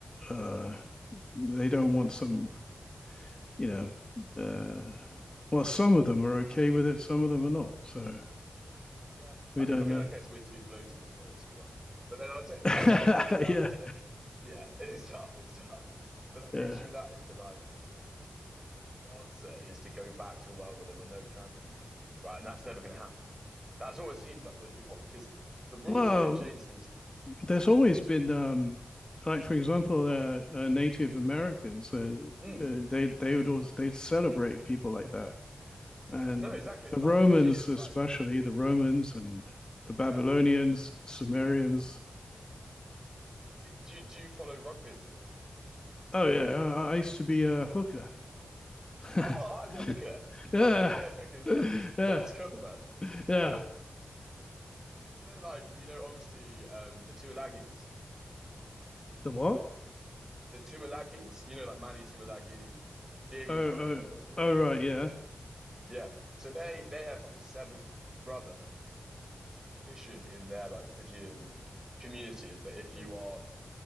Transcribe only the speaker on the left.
uh, they don't want some, you know, uh, well, some of them are okay with it, some of them are not. So
we
don't
know.
<laughs>
yeah,
yeah.
Well,
there's always been, um, like for example, uh, uh, Native Americans. Uh,
uh, they they would always they'd celebrate people like that And
the
Romans,
especially
the Romans and the Babylonians,
Sumerians.
Oh yeah, I, used to be a hooker.
<laughs>
yeah,
yeah,
yeah.
The what?
Oh,
oh,
oh, right, yeah.
Yeah,